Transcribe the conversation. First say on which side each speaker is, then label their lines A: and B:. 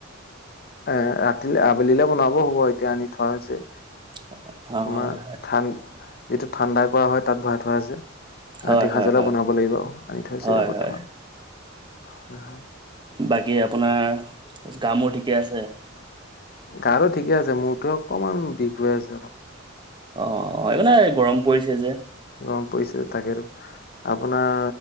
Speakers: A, on the left; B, on the right.
A: এ ৰাতি আবেলিলে বনাব হ'ব এতিয়া আনি থোৱা হৈছে।
B: <unintelligible>
A: তোমাৰ
B: হয়,
A: ঠান ইটো ঠাণ্ডা কৰা হয় তাত ভৰা ধোৱা যে
B: হয়,
A: ৰাতি
B: হয়, হয়,
A: সাজলও বনাব লাগিব আনি থৈছোঁ
B: হয়,
A: অ
B: হয়, হয়,
A: বৰ্তমান হয় হয়।
B: বাকী আপোনাৰ গা-মূৰ ঠিকে আছে?
A: গাৰো ঠিকে আছে মূৰটো অকমান বিষ হৈ আছে।
B: অ অ একো নাই গৰম পৰিছে যে।
A: গৰম পৰিছে তাকেইতো আপোনাৰ